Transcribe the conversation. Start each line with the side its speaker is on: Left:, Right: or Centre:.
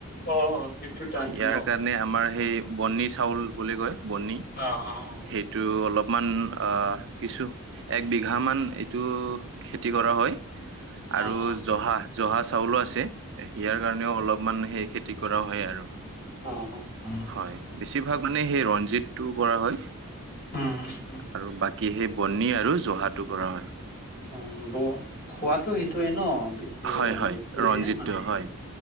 Left: অ অ অ' সেইটো ধানটো
Right: ইয়াৰ
Left: ন
Right: কাৰণে আমাৰ সেই বনি চাউল বুলি কয় বনি।
Left: অ অ অ,
Right: সেইটো অলপ মান কিছু এক বিঘামান এইটো খেতি কৰা হয়। আৰু
Left: অ অ
Right: জহা জহা চাউলো আছে ইয়াৰ কাৰণেও অলপমান সেই খেতি খেতি কৰা হয় আৰু।
Left: অঁ, অঁ, উম,
Right: হয় বেছিভাগ মানে সেই ৰঞ্জিতটো কৰা হয়।
Left: উম, উম
Right: আৰু বাকী সেই বনি আৰু জহাটো কৰা হয়।
Left: অ ব খোৱাতো সেইটোয়ে ন বে বেচি
Right: হয়
Left: ৰঞ্জিতটোহে
Right: হয় ৰঞ্জিতটো
Left: মানে
Right: হয়